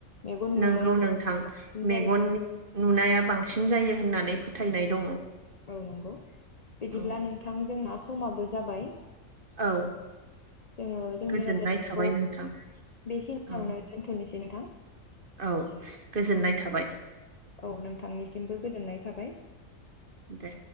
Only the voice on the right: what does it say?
नंगौ नोंथां
मेगननि
नुनाया बां बांसिन जायो होननानै फोथायनाय दङ।
औ
औ।
गोजोननाय
थाबाय नोंथां
औ
औ गोजोननाय थाबाय
दे।